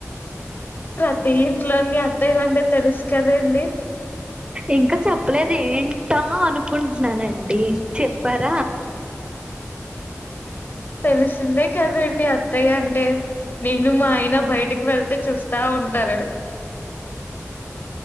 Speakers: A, on the left; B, on the right.
A: ప్రతి ఇంట్లోన్నీ అత్తాయ్యలంటే తెలుసు కదండి
B: ఇంకా చెప్పలేదు ఏం టా అనుకుంటున్నానండి చె పార
A: తెలిసిందే కదండి అత్తయ్య అంటే నేను మా ఆయన బయటకి వెళ్తే చూస్తా ఉంటారు